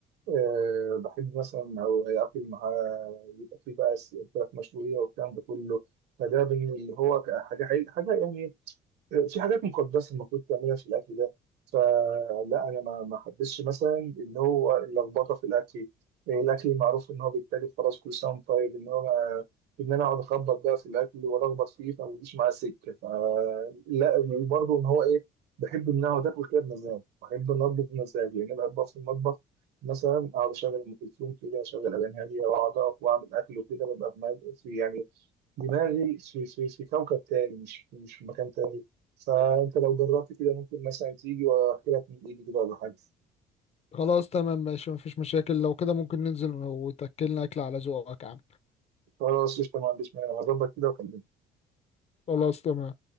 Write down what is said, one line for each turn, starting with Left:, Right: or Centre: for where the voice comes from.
Right: أه بحب مثلا أو آكل معاه يبقى فيه بقى س- فراخ مشوية والكلام ده كله فده بن- اللي هو حاجة حاجة يعني في حاجات مقدسه المفروض تعملها في الاكل ده فلا انا ما ما حبسش مثلا اللي هو اللخبطه في الاكل إيه، الاكل معروف ان هو بالتالي خلاص كل سنه وأنت طيب ان هو ما- ان انا اقعد اخبط بقى في الاكل والخبط فيه فما بيجيش معاه سكه فلا وبرضه ان هو ايه بحب ان اقعد اكل كده بمزاج بحب ان اطبخ بمزاج يعني أنا بحب أقف في المطبخ مثلا اقعد اشغل ام كلثوم كده اشغل اغاني هاديه واقعد اقف واعمل اكل وكده ببقى في في يعني دماغي في, في, في كوكب تاني مش مش في مكان تاني فانت لو جربت كده ممكن مثلا تيجي واحكي لك من ايدي كده ولا حاجه
Left: خلاص تمام ماشي مفيش مشاكل لو كده ممكن ننزل وتاكلنا اكل على ذوقك يا عم
Right: خلاص قشطه ما عنديش مانع هظبط كده واكلمك
Left: خلاص تمام